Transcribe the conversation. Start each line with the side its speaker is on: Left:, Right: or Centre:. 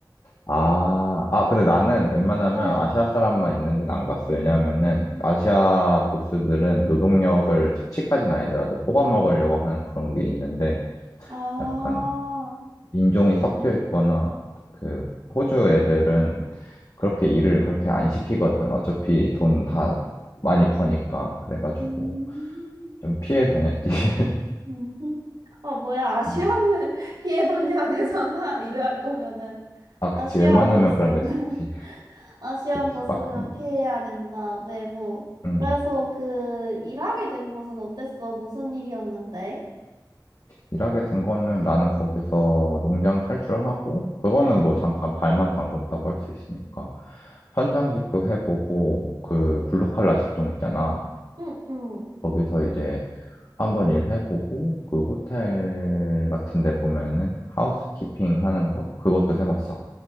Left: 아, 아, 근데 나는 웬만하면
Right: 응.
Left: 아시아 사람만 있는 데는 안 갔어. 왜냐하면은 아시아 보스들은 노동력을 착취까지는 아니더라도 뽑아 먹으려고 하는 그런 게 있는데
Right: 아,
Left: 약간 인종이
Right: 약간,
Left: 섞여 있거나 그 호주 애들은 그렇게 일을 그렇게 안 시키거든. 어차피 돈 다 많이 버니까. 그래가지고
Right: 음,
Left: 좀 피해 다녔지. <laughs>
Right: 음. <laughs> 아, 뭐야, 아시안을
Left: 음.
Right: <laughs> 피해 다녀야 되잖아. <laughs> 이럴 거면은.
Left: 아,
Right: 아시안
Left: 그치. 웬만하면
Right: 보스는,
Left: 그런 거 진짜.
Right: <laughs> 아시안
Left: 그치.
Right: 보스는
Left: 빡세니.
Right: 피해야 된다. 외모.
Left: 음.
Right: 그래서 그, 일하게 된 곳은 어땠어? 무슨 일이었는데?
Left: 일하게 된 거는 나는 거기서 농장 탈출하고, 그거는
Right: 응,
Left: 뭐 잠깐 발만 담궜다고 할 수 있으니까. 현장직도 해보고, 그 블루칼라 직종 있잖아.
Right: 응, 응.
Left: 거기서 이제 한번 일해보고, 그 호텔 같은 데 보면은 하우스키핑 하는 거? 그것도 해봤어.